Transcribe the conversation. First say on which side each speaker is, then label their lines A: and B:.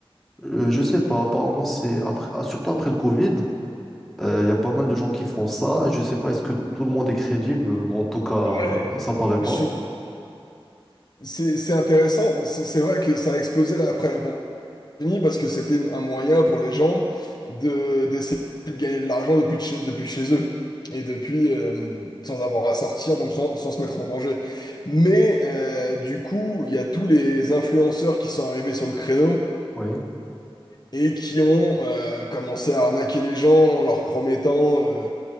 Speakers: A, in the centre; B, on the left.
A: euh, je sais pas. Apparemment, c'est après, ah, surtout après le Covid, euh, il y a pas mal de gens qui font ça. Je sais pas, est-ce que tout le monde est crédible? Bon, En tout cas,
B: Ouais,
A: ça paraît
B: je
A: pas.
B: suis- c'est c'est intéressant. C'est c'est vrai que ça a explosé là, après la États-Unis parce que c'était un moyen pour les gens de d'essayer de gagner de l'argent depuis, de chez- depuis chez eux et depuis euh, sans avoir à sortir, donc sans, sans se mettre en danger. Mais euh, du coup, il y a tous les influenceurs qui sont arrivés sur le créneau
A: Oui.
B: et qui ont euh, commencé à arnaquer les gens en leur promettant, euh,